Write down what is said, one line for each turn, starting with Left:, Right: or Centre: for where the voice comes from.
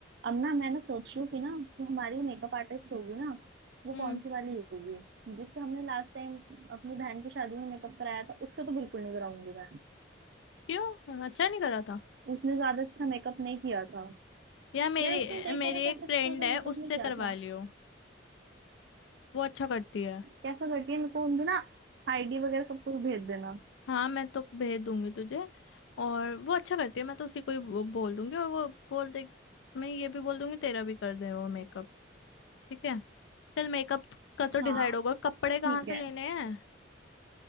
Right: अब ना मैं ना सोच रही हूँ कि ना जो हमारी मेकअप आर्टिस्ट होगी ना वो
Left: हम्म
Right: कौन सी वाली होगी जिससे हमने लास्ट टाइम अपनी बहन की शादी में मेकअप कराया था उससे तो बिल्कुल नहीं कराऊंगी मैं
Left: क्यों अच्छा नहीं करा था
Right: उसने ज्यादा अच्छा मेकअप नहीं किया था
Left: यार मेरी
Right: यार उसने देखो
Left: मेरी
Right: ना कैसे
Left: एक फ्रेंड
Right: अच्छा सा
Left: है
Right: मेकअप
Left: उससे
Right: नहीं किया
Left: करवा
Right: था
Left: लियो वो अच्छा करती है
Right: कैसा करती है मेरे को उनकी ना आईडी वगैरह सब कुछ भेज देना
Left: हाँ मैं तो भेज दूंगी तुझे और वो अच्छा करती है मैं तो उसी को ही बो- बोल दूंगी और वो बोल दे मैं ये भी बोल दूंगी तेरा भी कर दे वो मेकअप ठीक है चल मेकअप का तो डिसाइड
Right: हाँ
Left: होगा कपड़े कहाँ
Right: ठीक
Left: से
Right: है
Left: लेने हैं